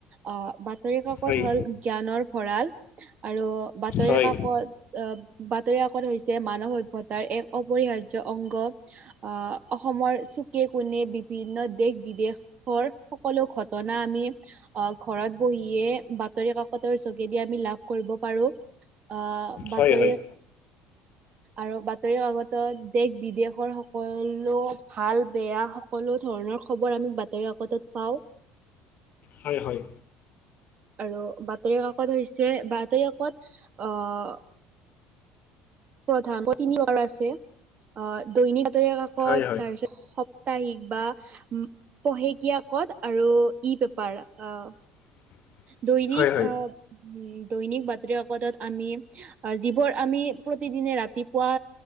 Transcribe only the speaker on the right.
আহ মাত বাতৰি কাকত
হ'ল জ্ঞানৰ ভঁৰাল আৰু বাতৰি
কাকত আহ বাতৰি কাকত হৈছে মানৱ সভ্যতাৰ এক অপৰিহাৰ্য অংগ আহ অসমৰ চুকে কোণে বিভিন্ন দেশ বিদেশ ঘৰ সকলো ঘটনা আমি আহ ঘৰত বহিয়ে বাতৰি কাকতৰ যোগেদি আমি লাভ কৰিব পাৰো অ', বাতৰি
অ', আৰু বাতৰি কাকত দেশ বিদেশৰ সকলো ভাল বেয়া সকলো ধৰণৰ খবৰ আমি বাতৰি পটত পাওঁ
আৰু বাতৰি কাকত হৈছে বাতৰি কাকত অ' প্ৰধান তিনিগাৰ আছে অ দৈনিক বাতৰি কাকত
তাৰ পিছত সাপ্তাহিক বা পহেকীয়াকত আৰু ই পেপাৰ অ'
দৈনিক
আহ দৈনিক বাতৰি কাকতত আমি যিবোৰ আমি প্ৰতিদিনে ৰাতিপুৱা